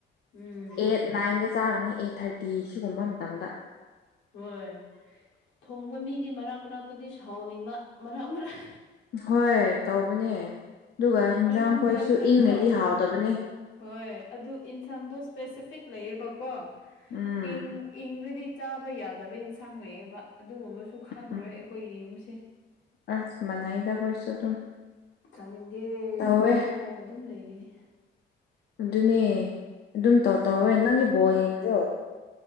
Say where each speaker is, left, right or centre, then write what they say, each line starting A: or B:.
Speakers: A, on the left; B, on the left.
A: ꯎꯝ
B: ꯑꯦꯠ ꯅꯥꯏꯟꯗ ꯆꯥꯒꯅꯤ ꯑꯦꯠ ꯊꯥꯔꯇꯤ ꯁꯤꯒꯨꯝꯕ ꯃꯇꯝꯗ
A: ꯍꯣꯏ ꯊꯣꯡꯕ ꯃꯤꯗꯤ ꯃꯔꯥꯛ ꯃꯔꯥꯛꯇꯗꯤ ꯊꯥꯎꯅꯤꯡꯕ ꯃꯔꯛ ꯃꯔꯛ
B: ꯍꯣꯏ ꯇꯧꯕꯅꯦ ꯑꯗꯨꯒ ꯍꯤꯟꯖꯥꯡ
A: ꯃꯔꯛ
B: ꯈꯣꯏꯁꯨ
A: ꯃꯔꯛꯇ
B: ꯏꯪꯒꫪꯗꯤ
A: ꯀꯣ
B: ꯍꯥꯎꯇꯕꯅꯦ
A: ꯍꯣꯏ ꯑꯗꯨ ꯏꯟꯁꯥꯡꯗꫭ ꯏꯁꯄꯦꯁꯤꯐꯤꯛ ꯂꯩꯌꯦꯕꯀꯣ
B: ꯎꯝ
A: ꯏꯪ ꯏꯪꯒ꯭ꫪꯗꯤ ꯆꯥꯕ ꯌꯥꯗꯕ ꯏꯟꯁꯥꯡ ꯂꯩꯌꯦꯕ ꯑꯗꯨꯒꯨꯝꯕꯁꯨ ꯈꯪꯗ꯭ꯔꯣꯏ
B: ꯎꯝ
A: ꯑꯩꯈꯣꯏꯒꯤ ꯌꯨꯝꯁꯦ
B: ꯑꯁ ꯃꯟꯅꯥꯏꯗ ꯑꯩꯈꯣꯏꯁꯨ ꯑꯗꯨꯝ
A: ꯆꯥꯅꯤꯡꯗꯦ
B: ꯇꯧꯋꯦ
A: ꯆꯥꯅꯤꯡꯗꯦ ꯍꯥꯏꯅ ꯑꯗꯨꯝ ꯂꯩꯒꯤꯅꯤ
B: ꯑꯗꯨꯅꯦ ꯑꯗꯨꯝ ꯇꯧ ꯇꯧꯋ‌ꯦ ꯅꯪꯗꯤ ꯕꫭꯜ ꯌꯦꯗ꯭ꫪꫭ